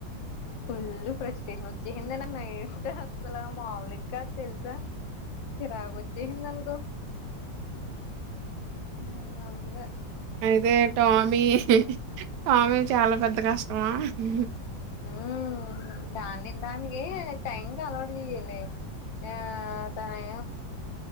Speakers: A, on the left (about 75°); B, on the right (about 70°).
A: ఫుల్లు ప్రశ్ స్టేషన్ వొచ్చేసిదే నాకు నైట్ అసలా మాములిగ కాద్ తెలుసా చిరాకు వచ్చేసింది అనుకో ఉమ్ అంతే
B: అయితే టామి స్వామి చాలా పెద్ద కష్టమా హ్
A: హ్మ్ దాన్ని దానికి టైంకి అలవాటు చేయ్యాలి ఆ తనే